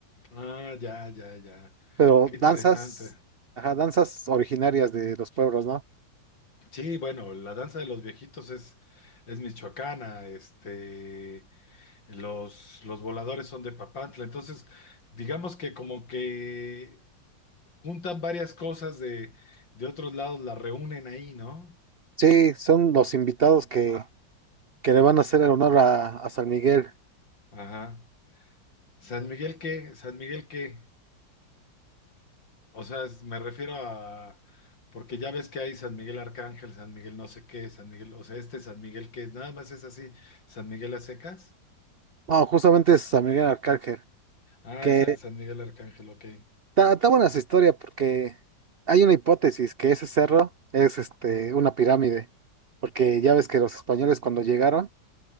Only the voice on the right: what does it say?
pero
danzas, ajá, danzas originarias de los pueblos, ¿no?
Sí, son los invitados que, que le van a hacer el honor a, a San Miguel.
No, justamente es San Miguel Arcángel,
que
está está buena esa historia porque hay una hipótesis que ese cerro es este, una pirámide, porque ya ves que los españoles cuando llegaron